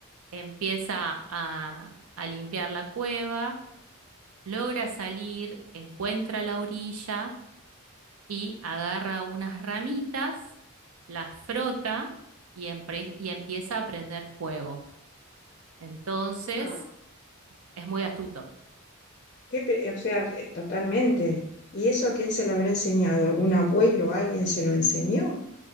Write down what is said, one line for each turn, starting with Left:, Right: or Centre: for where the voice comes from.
Right: empieza a a limpiar la cueva, logra salir, encuentra la orilla y agarra unas ramitas, las frota y, empre- y empieza a prender fuego. Entonces,
Left: Ah,
Right: es muy astuto.
Left: qué pe- o sea, eh, totalmente. ¿Y eso a quién se lo habrá enseñado? ¿Algún abuelo? ¿Alguien se lo enseñó?